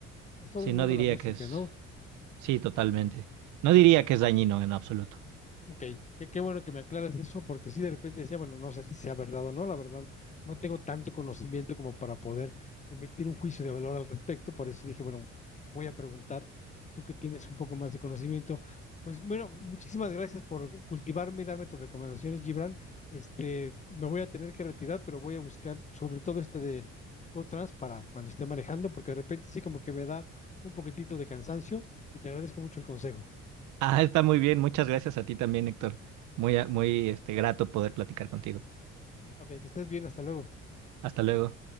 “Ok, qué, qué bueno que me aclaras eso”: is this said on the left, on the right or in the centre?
Left